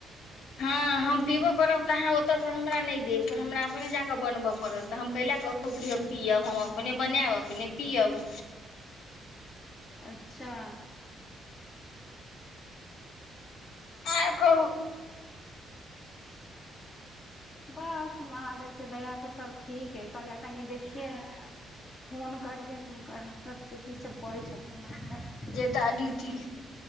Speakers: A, on the left; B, on the left.
A: हँ हम पीबो करब तऽ अहाँ ओतऽसँ हमरा नहि देब तऽ हमरा अपने जाकऽ बनबऽ पड़त तऽ हम कैला कहू कि
B: हूँ
A: हम पियब हम अपने बनायब अपने पियब
B: अच्छा
A: आर कहू
B: बस महादेवके दयासँ सभ ठीक हइ कहलियै कनी देखियै फोन करियनि हुनकर सबके की सब करै छथिन <unintelligible>
A: टा ड्यूटी